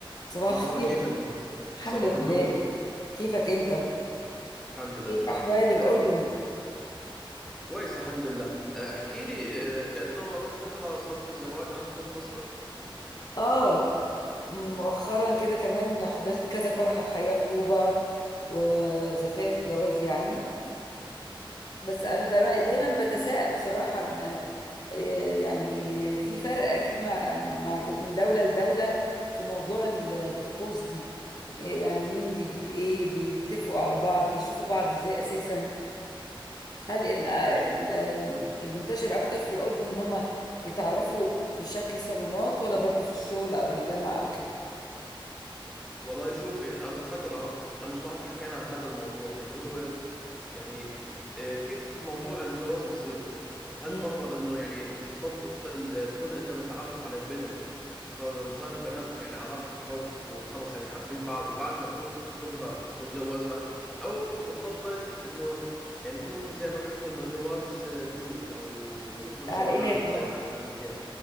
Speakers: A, on the left; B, in the centre.
A: صباح
B: مرحبا
A: الخير
B: كيفك
A: الحمد
B: صباح
A: لله
B: النور
A: كيفك انت
B: الحمد لله
A: كيف
B: تمام
A: احوال الاردن
B: أح- كويس الحمد لله أه، احكي لي أه، كأنه قبل فترة صار في زواج عندكم بمصر
A: اه مؤخرا كده كمان حضرت كذا فرح الحقيقه خطوبه وزفاف جواز يعني بس انا دايما دايما بتساءل بصراحه ال- آه، يعني في فرق اكيد مع من مع جو- من دوله لدوله في موضوع الطقوس دي يعني مين بيجيب ايه بيتفقوا على بعض بيشوفوا بعض ازاي اساسا هل ال- ال-
B: يعني شوفي مم.
A: المنتشر اكتر في الاردن ان هم يتعرفوا بشكل صالونات ولا برضو في الشغل او الجامعه او كده
B: والله شوفي قبل فترة أنا وصاحبي حكينا عن هذا الموضوع اللي هو يعني آه، كيف موضوع الجواز بصير هل
A: مم.
B: فرضا انه يعني بتفضل تكون انت متعرف على البنت وفرضا وصار بيناتكم يعني علاقة حب وخلص يعني حابين بعض وبعدها تروح وتخطبها وتتجوزها او بتفضل انه يعني يكون زي ما بيحكوا انه جواز بيوت او خطبة صالونات
A: عائلات
B: زي
A: اه
B: ما احنا بنحكيها